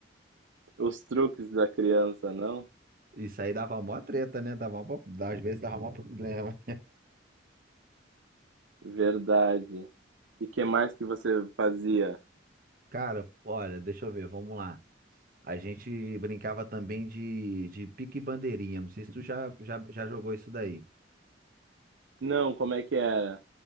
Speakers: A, on the right (about 80°); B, on the right (about 50°).
A: Os truques da criança, não?
B: Isso aí dava mó treta, né? Dava mó, às vezes dava mó problema.
A: Verdade. E que mais que você fazia?
B: Cara, olha, deixa eu ver, vamos lá. A gente brincava também de, de pique e bandeirinha. Não sei se tu já, já, já jogou isso daí.
A: Não, como é que era?